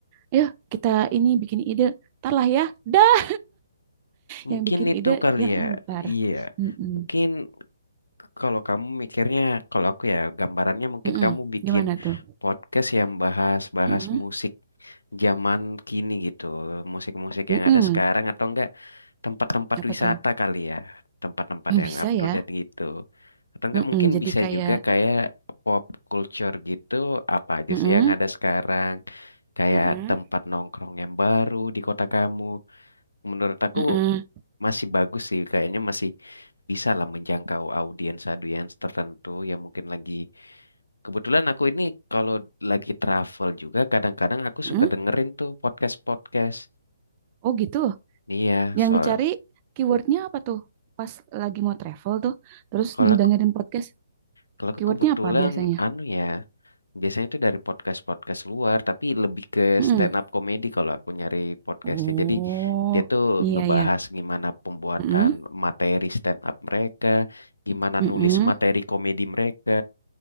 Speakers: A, on the right (about 30°); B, on the left (about 75°).
A: Ayo kita ini bikin ide. Ntar lah ya. Dah,
B: mungkin
A: yang bikin
B: itu
A: ide
B: kali
A: yang
B: ya.
A: entar.
B: Iya.
A: Mm-mm.
B: Mungkin k- kalau kamu mikirnya, kalau aku ya gambarannya mungkin
A: Mm-mm.
B: kamu bikin
A: Gimana tuh?
B: podcast yang bahas-bahas
A: Mm-mm.
B: musik zaman kini gitu, musik-musik
A: Mm-mm.
B: yang ada sekarang atau enggak tempat-tempat
A: Apa
B: wisata
A: tuh?
B: kali ya, tempat-tempat
A: Hmm,
B: yang
A: Bisa
B: up
A: ya.
B: to date gitu. Atau enggak
A: Mm-mm,
B: mungkin
A: jadi
B: bisa
A: kayak,
B: juga kayak pop culture gitu, apa aja
A: mm-mm,
B: sih yang ada sekarang, kayak
A: Mm-mm.
B: tempat nongkrong yang baru di kota kamu. Menurut aku
A: mm-mm,
B: masih bagus sih kayaknya masih bisa lah menjangkau audiens audiens tertentu yang mungkin lagi kebetulan aku ini kalau lagi travel juga kadang-kadang aku
A: mm-mm.
B: suka dengerin tuh podcast podcast
A: Oh gitu.
B: nih ya
A: Yang
B: soal
A: dicari keywordnya apa tuh? Pas lagi mau travel tuh, terus
B: kalau aku
A: dengerin podcast,
B: kalau aku
A: keywordnya
B: kebetulan
A: apa biasanya?
B: anu ya biasanya itu dari podcast podcast luar tapi lebih ke
A: Mm-mm.
B: stand up comedy kalau aku nyari podcastnya
A: Oh,
B: jadi dia tuh
A: iya
B: ngebahas
A: ya.
B: gimana pembuatan
A: Mm-mm,
B: materi stand up mereka gimana
A: mm-mm.
B: nulis materi komedi mereka